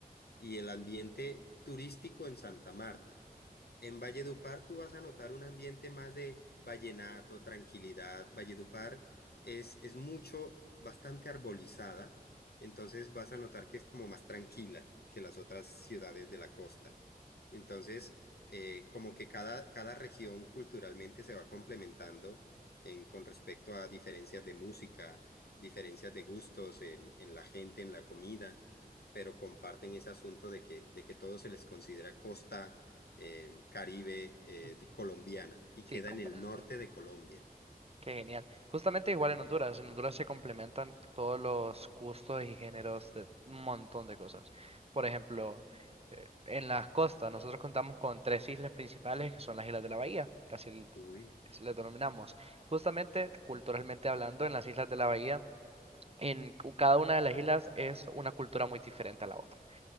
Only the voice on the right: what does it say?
Mm,
Sí,
comprendo.
Qué genial. Justamente igual en Honduras. En Honduras se complementan todos los gustos y géneros de un montón de cosas. Por ejemplo, eh, en las costas, nosotros contamos con tres islas principales que son las Islas de la Bahía, casi l-
es- le denominamos. Justamente, culturalmente hablando, en las Islas de la Bahía En cu- cada una de las islas es una cultura muy diferente a la otra.